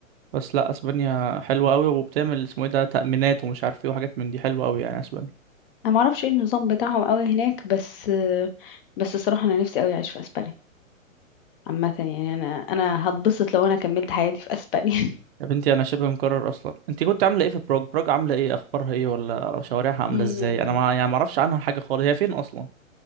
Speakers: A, on the right (about 45°); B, on the left (about 40°).
A: بس لا اسبانيا حلوة قوي وبتعمل اسمه ايه ده تأمينات ومش عارف ايه وحاجات من دي حلوة قوي يعني اسبانيا
B: انا ما اعرفش ايه النظام بتاعهم قوي هناك بس بس الصراحة انا نفسي قوي اعيش في اسبانيا عامة يعني انا انا هتبسط لو انا كملت حياتي في اسبانيا
A: يا بنتي انا شبه مكرر اصلا انت كنت عامله ايه في بروج بروج عامله ايه اخبارها ايه ولا شوارعها عامله
B: <laughs> مم.
A: ازاي انا ما يعني ما اعرفش عنها حاجه خالص هي فين اصلا